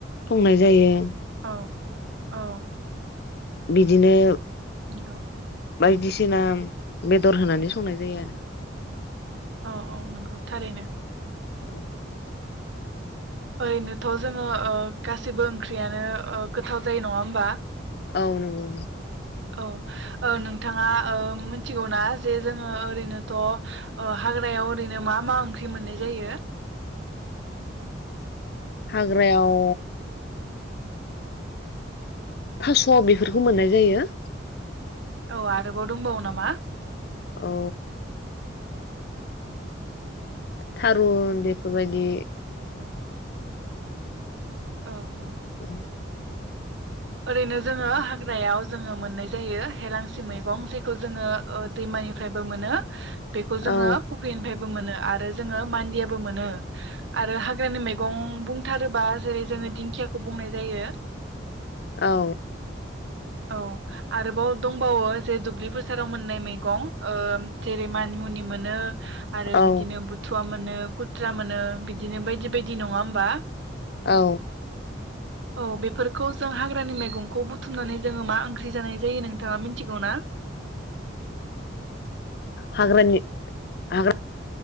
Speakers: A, on the left (about 55°); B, on the right (about 65°).
A: संनाय जायो।
B: औ औ
A: बिदिनो
B: औ।
A: बायदिसिना बेदर होनानै संनाय जायो आरो।
B: औ औ नंगौ थारैनो।
A: औ।
B: ओरैनोथ जोङो ओ गासिबो ओंख्रियानो ओ गोथाव जायो नङा होमबा?
A: औ नंगौ।
B: औ ओ नोंथाङा ओ मिनथिगौना जे जोङो ओरैनोथ हाग्रायाव ओरैनो मा मा ओंख्रि मोननाय जायो?
A: हाग्रायाव थास' बेफोरखौ मोननाय जायो।
B: औ आरोबाव दंबावो नामा?
A: औ। थारुन बेफोरबायदि।
B: औ औ।
A: <inaudible>
B: ओरैनो जोङो हाग्रायाव जोङो मोननाय जायो हेलांसि मैगं जेखौ जोङो ओ दैमानिफ्रायबो मोनो। बेखौ जोङो
A: औ
B: फुख्रिनिफ्राय बो मोनो आरो जोङो मान्दियाबो मोनो आरो हाग्रानि मैगं बुंथारोबा जेरै जोङो दिंखियाखौ बुंनाय जायो।
A: औ।
B: औ आरोबाव दंबावो जे दुब्लि फोसाराव मोननाय मैगं ओ जेरै मानि मुनि मोनो। आरो
A: औ
B: बिदिनो बुथुवा मोनो। मोनो खुथ्रा मोनो बिदिनो बायदि बायदि नङा होमबा।
A: औ
B: औ बेफोरखौ। जों हाग्रानि मैगंखौ बुथुमनानै जोङो मा ओंख्रि जानाय जायो नोंथाङा मिथिगौ ना।
A: हाग्रानि हाग्रा